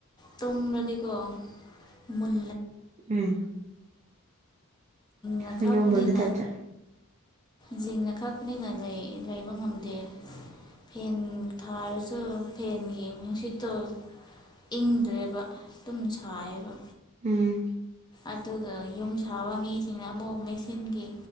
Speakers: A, on the left; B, on the right.
A: ꯇꯨꯝꯕꯗꯤꯀꯣ ꯃꯨꯜ
B: ꯎꯝ
A: ꯅꯀꯥꯕꯅꯤꯅ
B: ꯍꯩꯅꯧ ꯃꯨꯟꯕ ꯇꯥꯏꯞꯇ
A: ꯖꯤꯡꯅ ꯀꯛꯄꯅꯤꯅ ꯂꯩꯕ ꯉꯝꯗꯦ ꯐꯦꯟ ꯊꯥꯔꯁꯨ ꯐꯦꯟꯒꯤ ꯃꯁꯨꯠꯇꯣ ꯏꯪꯗ꯭ꯔꯦꯕ ꯑꯗꯨꯨꯝ ꯁꯥꯏꯌꯦꯕ
B: ꯎꯝ
A: ꯑꯗꯨꯒ ꯌꯨꯝ ꯁꯥꯕ ꯃꯤꯁꯤꯡꯅ ꯑꯃꯨꯛ ꯃꯦꯁꯤꯤꯟꯒꯤ